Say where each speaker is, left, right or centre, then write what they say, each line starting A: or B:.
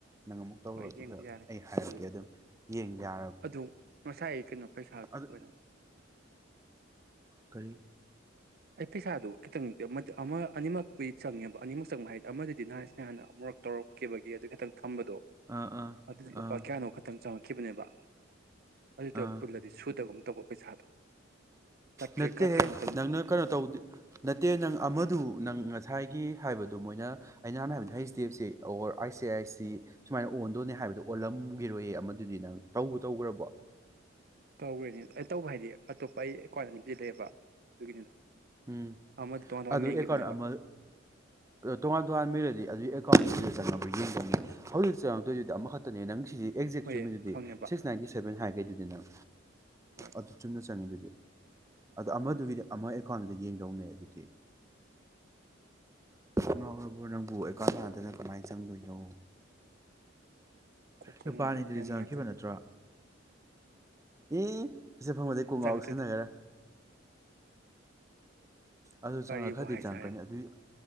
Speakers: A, on the right; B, on the right.
A: ꯅꯪ ꯑꯃꯨꯛ ꯇꯧꯔꯣ
B: ꯍꯣꯏ
A: ꯑꯗꯨꯒ
B: ꯌꯦꯡꯕ ꯌꯥꯒꯅꯤ
A: ꯑꯩ ꯍꯥꯏꯔꯛꯀꯦ
B: ꯎꯝ
A: ꯑꯗꯨꯝ ꯌꯦꯡ ꯌꯥ
B: ꯑꯗꯨ ꯉꯁꯥꯏ ꯑꯩ ꯀꯩꯅꯣ ꯄꯩꯁꯥꯗꯨ
A: ꯑꯗꯨ
B: ꯀꯩꯅꯣ
A: ꯀꯔꯤ
B: ꯑꯩ ꯄꯩꯁꯥꯗꯨ ꯈꯤꯇꯪ ꯑꯃ ꯑꯅꯤꯃꯛꯄꯨꯗꯤ ꯆꯪꯉꯦꯕ ꯑꯅꯤꯃꯛ ꯆꯪꯕ ꯍꯥꯏꯗꯤ ꯑꯃꯗꯗꯤ ꯅꯍꯥꯟ ꯁꯅꯦꯍꯥ ꯑꯃꯛꯨꯔꯛ ꯇꯧꯔꯛꯈꯤꯕꯒꯤ ꯑꯗꯨ ꯈꯤꯇꯪ ꯊꯝꯕꯗꯣ
A: ꯑꯥ ꯑꯥ
B: ꯑꯗꯨꯗꯤ ꯂꯨꯄꯥ
A: ꯑꯥ
B: ꯀꯌꯥꯅꯣ ꯈꯛꯇꯪ ꯆꯪꯉꯛ ꯈꯤꯕꯅꯦꯕ ꯑꯗꯨꯗꯨꯒ
A: ꯑꯥ
B: ꯄꯨꯨꯜꯂꯗꯤ ꯁꯨꯗꯒꯨꯝ ꯇꯧꯕ ꯄꯩꯁꯥꯗꯣ ꯆꯥꯇ꯭ꯔꯦꯠꯀ
A: ꯅꯠꯇꯦ
B: ꯀꯌꯥꯃꯨꯛꯇꯪ
A: ꯅꯪꯅ
B: ꯑꯣꯏ
A: ꯀꯩꯅꯣ ꯇꯧ ꯅꯠꯇꯦ ꯅꯪ ꯑꯃꯗꯨ ꯅꯪ ꯉꯁꯥꯏꯒꯤ ꯍꯥꯏꯕꯗꯨ ꯃꯣꯏꯅ ꯑꯩꯩꯅ ꯅꯍꯥꯟ ꯍꯥꯏꯕꯗꯣ ꯍꯤꯁ ꯗꯤ ꯑꯕ ꯁꯤ ꯍꯧꯔ ꯑꯩ ꯁꯤ ꯑꯥꯏ ꯁꯤ ꯁꯨꯃꯥꯏꯅ ꯑꯣꯟꯗꯣꯅꯦ ꯍꯥꯏꯕꯗꯣ ꯑꯣꯜꯂꯝꯒꯤꯔꯣꯏꯑ ꯑꯃꯗꯨꯗꯤ ꯅꯪ ꯇꯧꯕꯨ ꯇꯧꯈ꯭ꯔꯕꯣ
B: ꯇꯧꯔꯦꯅꯤ ꯑꯩꯅ ꯇꯧꯕ ꯍꯥꯏꯗꯤ ꯑꯇꯣꯞꯄ ꯑꯩ ꯑꯥꯀꯧꯟꯠ ꯑꯥꯅꯤꯕꯨꯗꯤ ꯂꯩꯌꯦꯕ ꯑꯗꯨꯒꯤꯅꯤꯗ
A: ꯎꯝ
B: ꯑꯃꯗ ꯇꯣꯉꯥꯟ
A: ꯑꯗꯨ
B: ꯇꯣꯉꯥꯟ ꯃꯦꯟꯈꯤꯕꯅꯦꯕ
A: ꯑꯦꯀꯥꯎꯟ ꯑꯃ ꯇꯣꯉꯥꯟ ꯇꯣꯉꯥꯟ ꯃꯦꯜꯂꯥꯗꯤ ꯑꯗꯨꯒꯤ ꯑꯦꯀꯥꯎꯟꯗꯨꯗ ꯆꯪꯉꯕ ꯌꯦꯡꯗꯦ ꯍꯧꯖꯤꯛ ꯆꯪꯉꯛꯇꯣꯏꯗꯨꯗꯤ ꯑꯃꯈꯛꯇꯅꯦ ꯅꯪ ꯁꯤꯗꯤ ꯑꯦꯛꯖꯦꯛ
B: ꯍꯣꯏ
A: ꯆꯨꯝꯃꯤꯗꯨꯗꯤ
B: ꯈꯪꯉꯦꯕ
A: ꯁꯤꯛꯁ ꯅꯥꯏꯟꯇꯤ ꯁꯚꯦꯟ ꯍꯥꯏꯒꯩ ꯑꯥꯗꯨꯗꯤ ꯅꯡ
B: ꯍꯣꯏ
A: ꯑꯗꯨ ꯆꯨꯝꯅ ꯁꯨꯝ ꯆꯉꯤꯗꯨꯗꯤ ꯑꯗꯣ ꯑꯃꯗꯨꯒꯤꯗꯤ
B: ꯎꯝ
A: ꯑꯃ ꯑꯦꯛ ꯑꯥꯀꯧꯅꯇꯗꯥ ꯌꯦꯡꯗꯧꯅꯦ ꯑꯗꯨꯗꯤ ꯉꯥꯎꯔꯕ ꯅꯪꯕꯨ ꯑꯩꯀꯥꯟ ꯌꯥꯗꯅ ꯀꯃꯥꯏꯅ ꯆꯪꯗꯣꯏꯅꯣ
B: ꯀꯣꯀꯥ
A: ꯂꯨꯄꯥ
B: ꯉꯥꯎꯋꯤꯗ
A: ꯑꯅꯤꯗꯨꯗꯤ
B: ꯒꯌ꯭ꯥꯟ
A: ꯆꯪꯉꯛꯈꯤꯕ
B: ꯃꯦꯟꯉꯥ ꯇ
A: ꯅꯠꯇ꯭ꯔꯣ ꯑꯦ ꯄꯩꯁ ꯐꯪꯕꯗꯩꯩ ꯀꯣꯡ
B: ꯆꯪꯉꯛꯇ꯭ꯔꯗꯤ
A: ꯉꯥꯎꯁꯤꯟꯅꯈꯔꯦ ꯑꯗꯨ
B: ꯀꯔꯤꯕꯨ
A: ꯆꯪꯉꯒ ꯈꯔꯗꯤ
B: ꯍꯥꯏ
A: ꯆꯪꯉꯛꯀꯅꯤ
B: ꯁꯥꯔꯤꯝ
A: ꯑꯗꯨꯏ